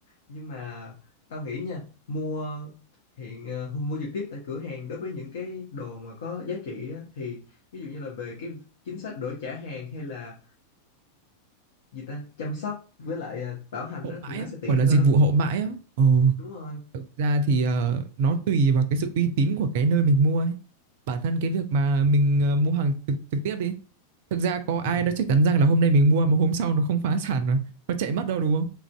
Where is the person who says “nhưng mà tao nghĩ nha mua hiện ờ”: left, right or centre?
Left